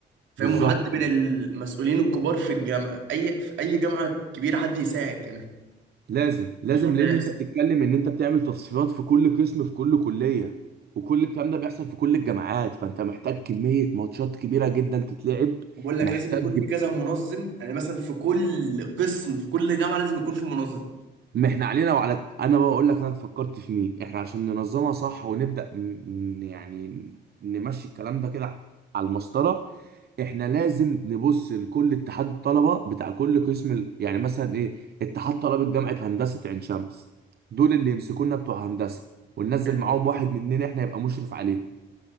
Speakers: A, on the right (about 70°); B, on the right (about 55°).
A: فاهم
B: بالظبط
A: وحد من المسؤولين الكبار في الجامعة أي في أي جامعة كبيرة حد يساعد كمان
B: لازم لازم
A: الحوار ده
B: لان
A: يحصل
B: انت بتتكلم ان انت بتعمل تصفيات في كل قسم في كل كليه وكل الكلام ده بيحصل في كل الجامعات فانت محتاج كميه ماتشات كبيره جدا تتلعب
A: وبقول لك
B: محتاج
A: لازم يكون في كذا منظم يعني مثلا في كل قسم في كل جامعة لازم يكون في منظم
B: ما احنا علينا وعلى الت- انا بقى اقول لك انا فكرت في مين احنا عشان ننظمها صح ونبدا ن... ن- يعني نمشي الكلام ده كده على المسطره احنا لازم نبص لكل اتحاد الطلبه بتاع كل قسم ال- يعني مثلا ايه اتحاد طلبه جامعه هندسه عين شمس دول اللي يمسكونا بتوع هندسه وننزل
A: حلو.
B: معاهم واحد مننا احنا يبقى مشرف عليهم